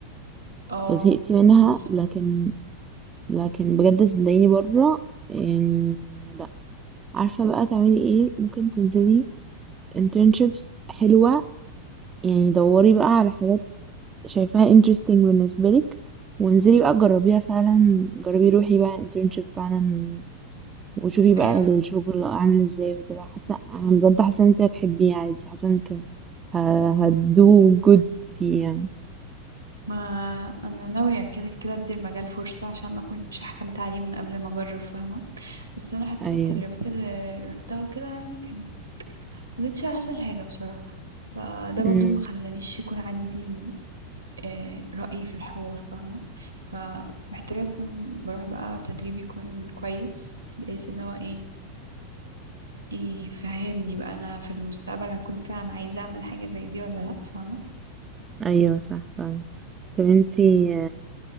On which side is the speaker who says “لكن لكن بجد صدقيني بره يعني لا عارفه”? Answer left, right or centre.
Right